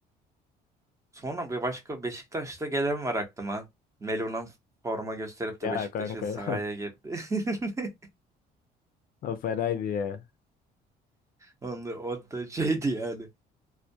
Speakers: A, on the right; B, on the left.
A: Sonra bir başka Beşiktaş'ta gelen var aklıma. Melo'nun forma gösterip de
B: Ya
A: Beşiktaş'ın
B: kanka
A: sahaya
B: <laughs>
A: girdi. <laughs>
B: o fenaydı ya.
A: Onda, o da şeydi yani.